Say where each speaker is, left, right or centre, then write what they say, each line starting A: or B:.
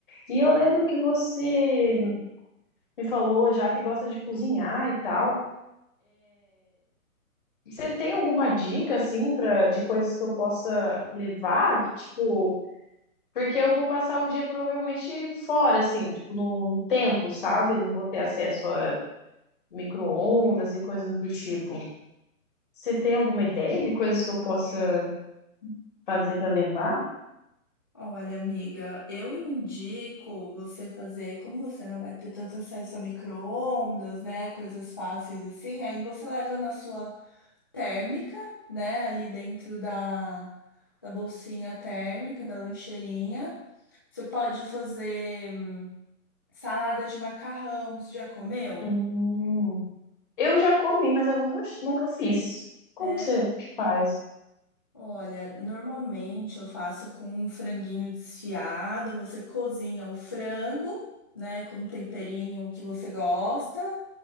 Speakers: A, on the left; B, on the left.
A: E eu lembro que você me falou já que gosta de cozinhar e tal. Você tem alguma dica, assim, pra, de coisas que eu possa levar? Tipo. Porque eu vou passar o dia provavelmente fora, assim, tipo, no, no tempo, sabe? Não vou ter acesso a micro-ondas e coisas do tipo. Você tem alguma ideia de coisas que eu possa fazer para levar?
B: Olha, amiga, eu indico você fazer, como você não vai ter tanto acesso a micro-ondas, né? Coisas fáceis assim, aí você leva na sua térmica, né? Ali dentro da, da bolsinha térmica, da lancheirinha. Você pode fazer hum, salada de macarrão, você já comeu?
A: Hum, eu já comi, mas eu nunca, nunca fiz. Como
B: É.
A: que você faz?
B: Olha, normalmente eu faço com um franguinho desfiado. Você cozinha o frango, né, com o temperinho que você gosta.